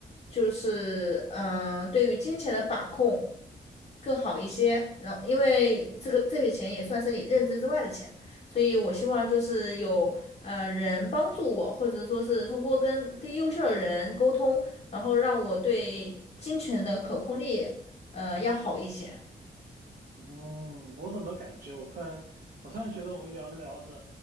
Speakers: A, on the left; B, on the right.
A: 就是嗯、呃对于金钱的把控更好一些。然后，因为这个这笔钱也算是你认知之外的钱，所以我希望就是有呃人帮助我，或者说是通过跟跟优秀的人沟通，然后让我对金钱的可控力呃要好一些。
B: 嗯，我怎么感觉我突然我突然觉得我们聊着聊着，